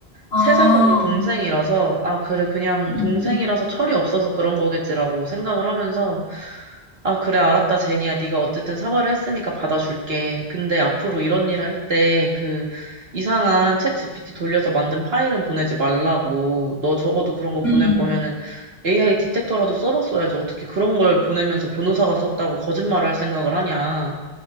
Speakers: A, on the left; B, on the right.
A: 아,
B: 세 살 정도 동생이라서 아 그래 그냥
A: 음,
B: 동생이라서 철이 없어서 그런 거겠지라고 생각을 하면서 아, 그래, 알았다, 제니야. 네가 어쨌든 사과를 했으니까 받아줄게. 근데 앞으로 이런 일을 할 때 그 이상한 챗 GPT 돌려서 만든 파일은 보내지 말라고. 너 적어도 그런 거 보낼
A: 음,
B: 거면은 AI 디텍터라도 써봤어야지. 어떻게 그런 걸 보내면서 변호사가 썼다고 거짓말을 할 생각을 하냐.